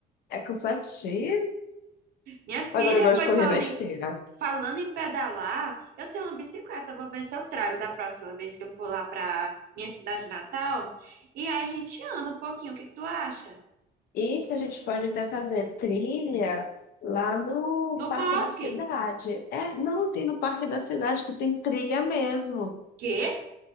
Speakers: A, on the left (about 70°); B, on the right (about 65°).
A: é cansativo.
B: Minha filha,
A: Agora eu gosto
B: pois
A: de correr
B: falando
A: na
B: em,
A: esteira.
B: falando em pedalar, eu tenho uma bicicleta, eu vou ver se eu trago da próxima vez que eu for lá para minha cidade natal. E aí a gente anda um pouquinho, o que que tu acha?
A: Isso a gente pode até fazer trilha lá no
B: No
A: Parque
B: bosque.
A: da Cidade. É, não tem no Parque da Cidade que tem trilha mesmo.
B: Quê?